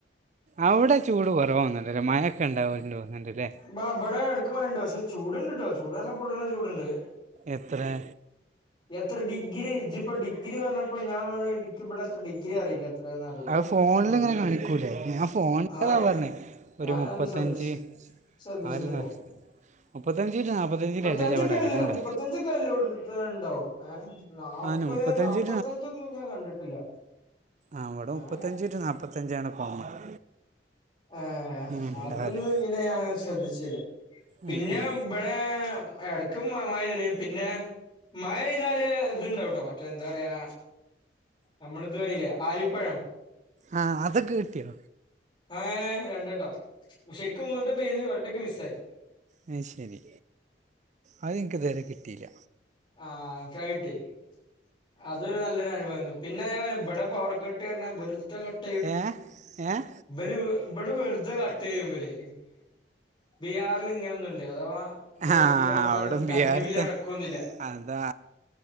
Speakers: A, on the right; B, on the left.
A: അവ്ടെ ചൂട് കുറവാതോന്നുല്ലേ മയൊക്കെ ഉണ്ടാവന്നുണ്ട്ല്ലേ
B: ന്നാ ബ്ട എട്ക്ക് മഴണ്ട് പക്ഷെ ചൂടുണ്ട്ട്ടോ ചൂട് നല്ല പൊള്ളണ ചൂടുണ്ട്
A: എത്രെ?
B: എത്ര ഡിഗ്രി? ഇജിപ്പോ ഡിഗ്രി പറഞ്ഞപ്പോ ഞാൻവിടെ എക്കുമ്പടെ എത്ര ഡിഗ്രി ആന്ന് അറിയില്ല. അത്ര അറിയില്ലട്ടോ.
A: അത് ഫോണിൽ
B: ഒന്നു നോക്കിട്ട്
A: ഇങ്ങനെ കാണിക്കൂലേ
B: വിളി.
A: ഞാൻ ഫോണിലതാ
B: ആ
A: പറഞ്ഞേ ഒരു
B: ഞാനതൊന്ന്
A: മുപ്പത്തഞ്ച്
B: ശ്രദ്ധിച്ചു ശ്രദ്ധിച്ചിട്ടില്ല.
A: അതല്ല മുപ്പത്തഞ്ച് ടു നാൽപ്പത്തഞ്ചിൻ്റെ
B: മുപ്പത്തഞ്ചക്കല്ലേ
A: ഇടയിൽ അവിടെ അധികം ഉണ്ട്
B: മുപ്പത്തഞ്ച ഇതല്ലോട്തു ഇത്രണ്ടാവും ഏ നാപ്പെ
A: ആണ് മുപ്പത്തഞ്ച്
B: നാല്പ്പത്തഞ്ചൊന്നും ഞാൻ കണ്ടിട്ടില്ല.
A: അവിടെ മുപ്പത്തഞ്ച്
B: ഏഹ്
A: ടു നാപ്പത്തഞ്ചാണ് കോമൺ <inaudible>
B: ആഹ്
A: ഉണ്ടാവല്
B: അതൊന്നും ങ്ങിനെ ഞാൻ ശ്രദ്ധിച്ചില്ല. പിന്നെ
A: ഉം, ഉം.
B: ബ്ടെ എടക്കും മയ പെയ്തിന് പിന്നെ മഴെയ്താല് ഇതുണ്ടാകട്ടോ മറ്റേ എന്താ പറയാ നമ്മള്തുപറീല്ലേ ആലിപ്പഴം
A: ആ അതൊക്ക കിട്ട്യോ?
B: ഏയ് രണ്ടട്ടം. ശരിക്കും മൂന്നട്ടം പെയ്ത് ഒരട്ടക്ക് മിസ്സായി
A: ആയെ ശെരി അത്ഞങക്ക്തരെ കിട്ടീല്ല
B: ആഹ് <unintelligible> അതൊരു നല്ലൊരനുഭവാരുന്നു. പിന്നെ ഇവിടെ പവർ കട്ട് വരാണെ വെറ്തെ കട്ട്
A: ഏഹ് ഏഹ്
B: ഇവല് വ്ടെ വെറുതെ കട്ട് ചെയ്യും ഇവല് ബീഹാറിൽ ഇങ്ങനൊന്ന്‌ണ്ട് അഥവാ ഇബല്
A: ആഹ്
B: അധികം ആൾക്കാരൊന്നും
A: അവിട ബീയർത്തെ
B: കറണ്ട് ബില്ല് അടക്കൊന്നുല്ല
A: അതാ